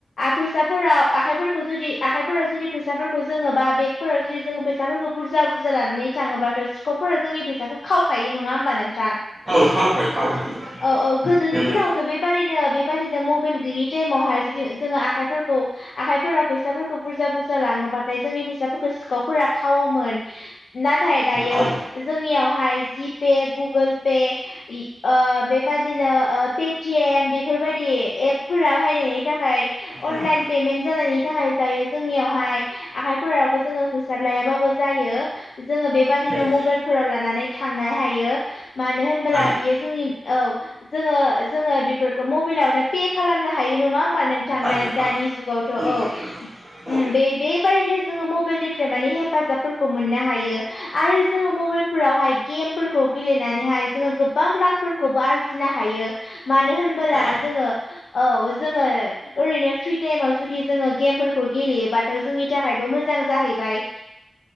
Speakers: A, on the left (about 80°); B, on the right (about 20°).
A: फैसाफोराव आखाइफोराव जुदि आखाइफोराव जुदि फैसाफोरखौ जोङो बा बेगफोराव जुदि जोङो फैसाफोरखौ बुरजा बुरजा लानानै थाङोबा सिखावफोरा जोंनि फैसाखौ खावखायो नङा हबा नोंथां
B: औ खावबाय खावबाय
A: औ औ गोद दिनि
B: माने
A: दिनावथ' बेबादिनो बेबादिनो मबाइल गैयि टाइमावहाय जुदि जोङो आखाइफोरखौ आखाइ फोराव फैसाफोरखौ बुरजा बुरजा लाङोबाथाय जोंनि फैसाफोरखौ सिखावफोरा खावोमोन नाथाय दायो
B: औ
A: जोंनियावहाय जि पे गुगोल पे इ ओ बेबायदिनो ओ पेटिएम बेफोरबायदि एप फोरा हायनायनि थाखाय अनलाइन
B: एम
A: पेमेन्ट जानानै थाखाय दायो जोंनियावहाय आखाइफोरावबो जोङो फैसा लायाबाबो जायो जोङो बेबा- दिनो
B: हायो
A: मबाइलफोराव लानानै थांनो हायो मानो होनबोला
B: हायो
A: बियो जोंनि औ जोङो जोङो बेफोरखौ मबाइलावनो पे खालामनो हायो नङा होमबा नों थां
B: हायो
A: दा
B: हा
A: दानि जुगावथ'
B: नंगौ
A: औ
B: नंगौ औ
A: उम बे बेबादिनो जोङो मबाइलनिफ्राय माने हेफाजाबफोरखौ मोननो हायो आरो जोङो मबाइल फोरावहाय गेम फोरफोरखौ गेलेनानैहाय जोङो गोबां रांफोरखौबो आरजिनो हायो मानो होनो ब्ला
B: हायो
A: जोङो औ जोङो ओरैनो फ्रि टाइमाव जुदि जोङो गेमफोरखौ गेलेयोबाथ' जोंनि थाखायबो मोजां जाहैबाय।